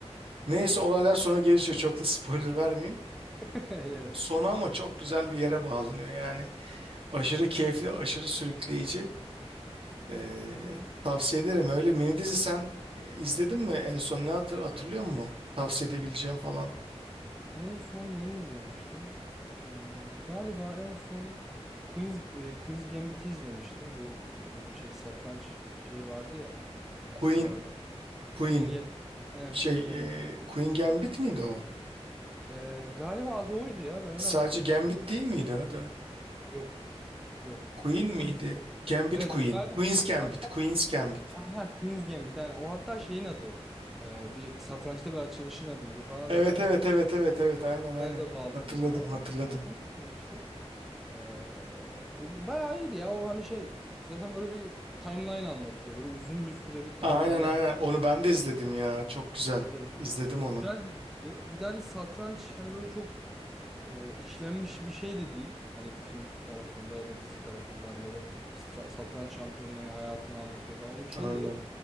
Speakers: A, on the right (about 55°); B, in the centre.
A: Neyse
B: Hı.
A: olaylar sonra gelişiyor. Çok da spoiler vermeyeyim.
B: <laughs> Evet.
A: Sonu ama çok güzel bir yere bağlanıyor yani. Aşırı keyifli, aşırı sürükleyici. Ee, tavsiye ederim. Öyle mini dizi sen izledin mi? En son ne hatır, hatırlıyor musun? Tavsiye edebileceğim falan.
B: En son neyi izlemiştim? Hmm, galiba en son Queen's e, Queen's Gambit'i izlemiştim. Bu e, şey satranç şeyi vardı ya. Dizisi
A: Queen,
B: vardı.
A: Queen
B: Queen Ga- Aynen
A: şey
B: Queen Gambit.
A: e, Queen Gambit miydi o?
B: E, galiba adı oydu ya. Ben öyle
A: Sadece
B: hatırlıyorum.
A: Gambit değil miydi adı?
B: Yok. Yok.
A: Queen miydi? Gambit
B: Evet
A: Queen.
B: o galiba.
A: Queen's Gambit.
B: Ha,
A: Queen's Gambit.
B: ha, Queen's Gambit yani o hatta şeyin adı. Ee, bir satrançta bir açılışın adıydı falan
A: Evet
B: zaten o
A: evet evet evet evet aynen aynen.
B: filmlere da bağlanıyordu
A: Hatırladım
B: falan.
A: hatırladım.
B: Ama son onu getirmiştim. Ee, o gün bayağı iyiydi ya o hani şey zaten böyle bir timeline anlatıyor. Böyle uzun bir süre bir timeline
A: Aynen aynen
B: anlatıyor.
A: onu ben de izledim ya. Çok güzel.
B: Evet, evet.
A: İzledim
B: Güzel
A: onu.
B: diziydi. Bir tane satranç hani böyle çok e, işlenmiş bir şey de değil. Hani film tarafında ya da dizi tarafında hani böyle bir stra- satranç şampiyonunun hayatını anlatıyor falan öyle bir şey
A: Aynen.
B: de yok.